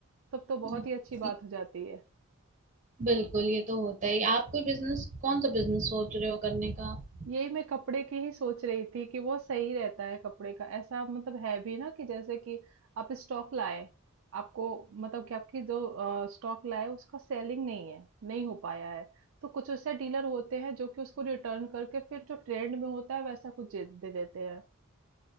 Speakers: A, on the right; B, on the right.
A: तब तो
B: हमने
A: बहुत ही अच्छी बात हो जाती है
B: बिल्कुल ये तो होता ही आप कोई बिजनेस कौन सा बिजनेस सोच रहे हो करने का आप
A: यही मैं कपड़े की ही सोच रही थी कि वो सही रहता है कपड़े का ऐसा मतलब है भी ना कि जैसे कि आप स्टॉक लाए आपको मतलब कि आपकी जो स्टॉक लाए उसका सेलिंग नहीं है नहीं हो पाया है तो कुछ ऐसे डीलर होते हैं जो कि उसको रिटर्न करके फिर जो ट्रेंड में होता है वैसा कुछ दे दे देते हैं